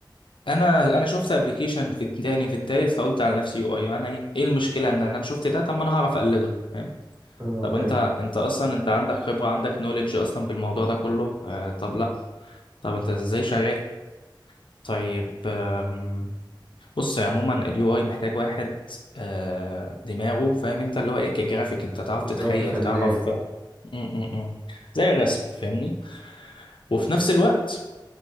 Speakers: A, on the left; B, on the right.
A: انا انا شفت ابلكيشن في التاني في التالت فقلت على نفسي يو اي انا ايه ايه المشكله ان انا شفت ده طب ما انا هعرف اقلده فاهم
B: اه
A: طب
B: فاهم
A: انت انت اصلا انت عندك خبرة عندك نوليدج اصلا بالموضوع ده كله آه طب لا طب انت ازاي شغال طيب آم، بص عموما اليو اي محتاج واحد آه دماغه فاهم انت اللي هو ايه كجرافيك انت تعرف
B: بالظبط
A: تتخيل
B: فنان
A: تعرف م- م- م. زي الرسم فاهمني وفي نفس الوقت